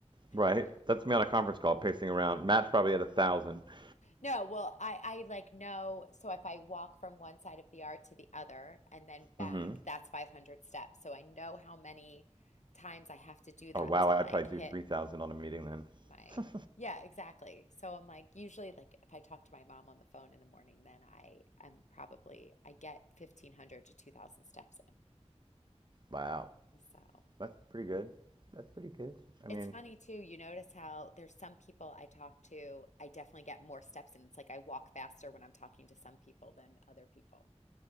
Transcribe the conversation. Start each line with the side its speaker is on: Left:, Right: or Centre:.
Right: right?
Left: Yeah.
Right: That's me on a conference call pacing around. Matt's probably at a thousand. <laughs>
Left: No, well, I I like know. So if I walk from one side of the yard to the other and then back,
Right: Mm-hmm.
Left: that's 500 steps. So I know how many times I have to do
Right: Oh
Left: that
Right: wow,
Left: to
Right: I'd
Left: like
Right: probably do
Left: hit
Right: three thousand on a meeting then.
Left: my,
Right: <laughs>
Left: yeah, exactly. So I'm like, usually, like if I talk to my mom on the phone in the morning, then I am probably, I get 1500 to 2000 steps
Right: Wow,
Left: in. So
Right: that's pretty good. That's pretty good. I mean,
Left: it's funny too. You notice how there's some people I talk to, I definitely get more steps in. It's like I walk faster when I'm talking to some people than other people.